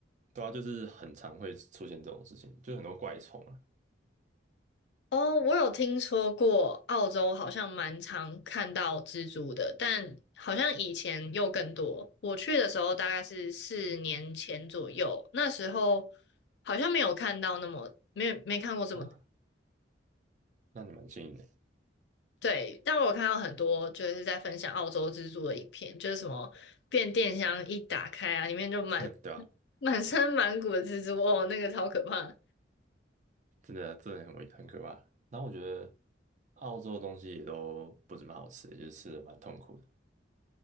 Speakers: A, on the right (about 40°); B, on the left (about 70°).
A: 对啊，就是很常会出现这种事情，就很多怪虫啊
B: 哦，我有听说过澳洲好像蛮常看到蜘蛛的，但好像以前又更多。我去的时候大概是四年前左右，那时候好像没有看到那么没有没看过这么
A: 啊，那你蛮幸运的，
B: 对，但我有看到很多就是在分享澳洲蜘蛛的影片，就是什么变电箱一打开啊，里面就满
A: <laughs> 对吧？
B: <laughs> 满身满谷的蜘蛛，哦，那个超可怕。
A: 真的真的很危很可怕。然后我觉得澳洲的东西也都不怎么好吃，就是吃的蛮痛苦的。